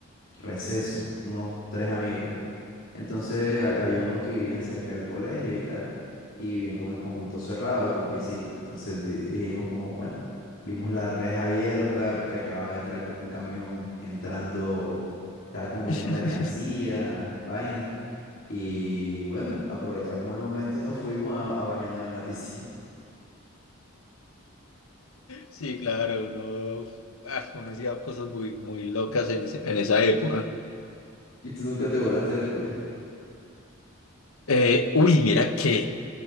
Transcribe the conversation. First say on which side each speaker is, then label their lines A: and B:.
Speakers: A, on the left; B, on the left.
A: receso, unos tres amigos. Entonces ha- había unos que vivían cerca del colegio y tal, y vivían como en conjunto cerrado y con piscina. Entonces di- dijimos como, bueno, vimos la reja abierta porque acababa de entrar como un camión entrando, estaba como metiendo
B: <laughs>
A: mercancía, vaina. Y bueno, aprovechamos el momento y nos fuimos a, a bañarnos en la piscina.
B: Sí, claro, uno, ah, uno hacía cosas muy, muy locas en ese- en esa época.
A: <laughs> ¿Y tú nunca te volaste del colegio?
B: Eh, uy, mira que